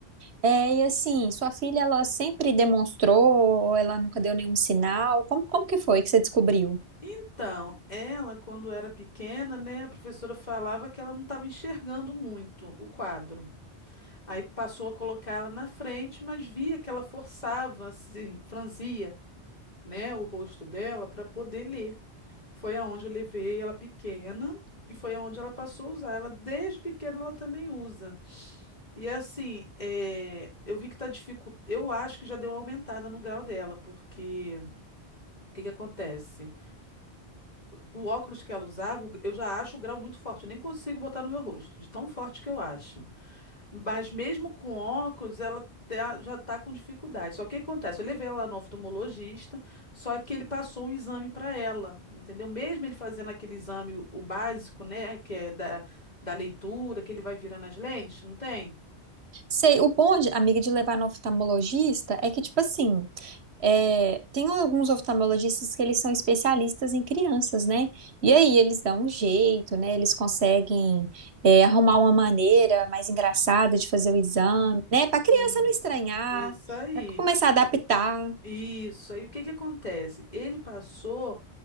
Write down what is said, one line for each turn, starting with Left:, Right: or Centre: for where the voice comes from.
Right: É, e assim, sua filha, ela sempre demonstrou, ela nunca deu nenhum sinal. Como, como que foi que você descobriu?
Left: Então, ela, quando era pequena, né, a professora falava que ela não estava enxergando muito o quadro. Aí passou a colocar ela na frente, mas via que ela forçava, assim, franzia, né, o rosto dela para poder ler. Foi aonde eu levei ela pequena e foi aonde ela passou a usar. Ela desde pequena ela também usa. E assim, é, eu vi que tá dificultando. Eu acho que já deu uma aumentada no grau dela, porque o que que acontece? O óculos que ela usava, o- eu já acho o grau muito forte. Eu nem consigo botar no meu rosto, de tão forte que eu acho. Mas mesmo com óculos, ela tá- já tá com dificuldade. Só que o que acontece? Eu levei ela no oftalmologista, só que ele passou um exame para ela, entendeu? Mesmo ele fazendo aquele exame, o o básico, né, que é da, da leitura, que ele vai virando as lentes, não tem?
Right: Sei, o bom, de- amiga, de levar no oftalmologista é que, tipo assim, É, tem alguns oftalmologistas que eles são especialistas em crianças, né? E aí eles dão um jeito, né? Eles conseguem é, arrumar uma maneira mais engraçada de fazer o exame, né? Para criança
Left: Isso,
Right: não estranhar,
Left: isso aí.
Right: para começar a adaptar.
Left: Isso aí. O que que acontece? Ele passou